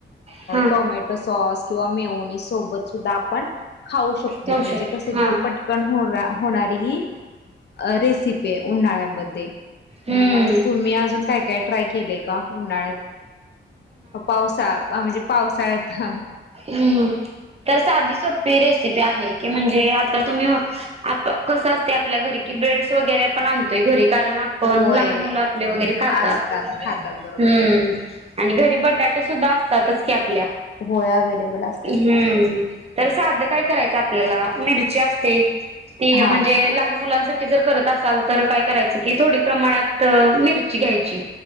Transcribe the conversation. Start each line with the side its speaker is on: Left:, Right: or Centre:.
Right: हा
Left: टोमॅटो सॉस किंवा मेयोनीज सोबत सुद्धा आपण खाऊ शकतोय
Right: लवशो
Left: म्हणजे कसं एकदम
Right: हा
Left: पटकन हो होणारी ही अ रेसिपी हे उन्हाळ्यामध्ये.
Right: हम्म
Left: मग तुम्ही अजून काय काय ट्राय केलंय का उन्हाळ्यात? पावसा आ म्हणजे पावसाळ्यात.
Right: हम्म. तर साधी सोपी रेसिपी आहे की म्हणजे आता तुम्ही आत कसं असतय आपल्या घरी ब्रेड्स वगैरे पण आणतोय घरी कारण आपण
Left: होय
Right: लहान मुलं आपले वगैरे खातात
Left: असतात
Right: हम्म.
Left: खातात बरोबर आहे
Right: आणि घरी बटाटे सुुद्धा असतातच की आपल्या.
Left: होय अवेलेबल असतात
Right: हम्म तर साधं काय करायचं आपल्याला मिरची असते ती
Left: हा
Right: म्हणजे लहान मुलांसाठी ठी जर करत असाल तर काय करायच की थोडी प्रमाणात मिरची घ्यायची